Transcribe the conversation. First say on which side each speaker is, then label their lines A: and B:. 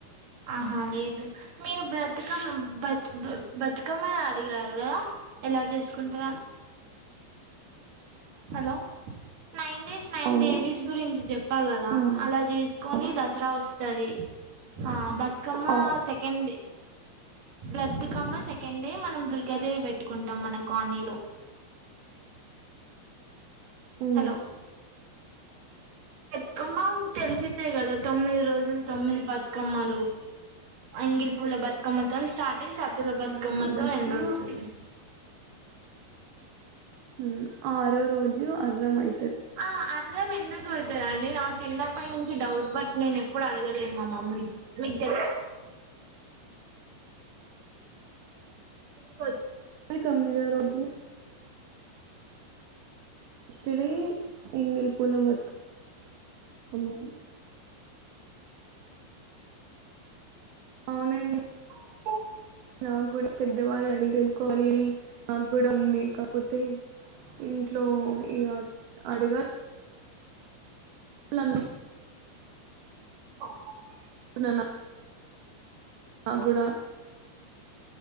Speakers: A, on the right (about 50°); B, on the right (about 65°).
A: ఆహా లేదు మీరు బ్రతుకమ్ బ బతుకమ్మ అడిగారు కదా ఎలా చేసుకుంటరని హలో నైన్ డేస్ నైన్
B: అవును.
A: డేవీస్ గురించి చెప్పాలా రా
B: హ్మ్.
A: అలా చేసుకొని
B: అవును.
A: దసరా వస్తది ఆ బతుకమ్మ
B: అవును.
A: సెకండ్ డే బ్రత్ కమ్మ సెకండ్ డే మనం దుర్గాదేవి పెట్టుకుంటాం మన కాలనీలో
B: హ్మ్.
A: హలో బతుకమ్మ తెలిసిందే కదా తొమ్మిది రోజులు తొమ్మిది బతుకమ్మలు అంగిలి పూల బతుకమ్మతో స్టార్ట్ ఈ సద్దుల బతుకమ్మతో
B: అవును. దాంట్లో
A: ఎండవుతది
B: హ్మ్ ఆరో రోజు అర్ర మై
A: ఆ అర్రం ఎందుకు <inaudible> అండి నా చిన్నప్పటి నుంచి డౌట్ బట్ నేను ఎప్పుడు అడగలేదు మా మమ్మీని మీకు తెలుసా <inaudible>
B: ఇది తొమ్మదో రోజు షిడి ఎంగిల్ పోల బత్ కమ్మా అవునండి
A: <inaudible>
B: నా గూడ పెద్దవాళ్ అడిగ్ తెల్ కోవాలి అని అగ్ కూడా ఉంది కాకపోతే ఇన్ ఇట్లో ఇగ అడగా లన్
A: <inaudible>
B: ఉన్నాన్న్ నా గూడ